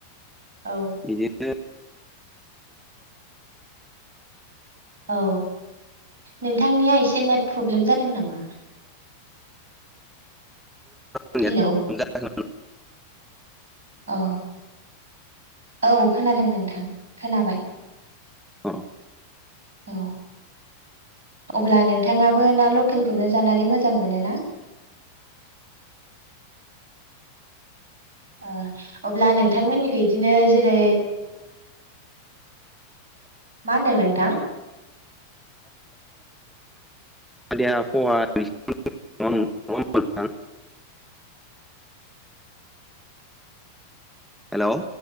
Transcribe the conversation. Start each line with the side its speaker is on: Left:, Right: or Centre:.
Right: औ
Centre: बिदिनो
Right: औ नोंथांनिया एसे नेट प्रब्लेम जादों नामा
Centre: नेन
Right: हेलौ
Centre: प्र जा न
Right: औ औ खोनादों नोंथां खोनाबाय
Centre: औ
Right: औ अब्ला नोंथाङाबो ना ल केल खौनो जानानै मोजां मोनो ना? ओ अब्ला नोंथांमोननिखै बिदिनो जेरै मा होनदों नोंथां
Centre: <unintelligible> हेलौ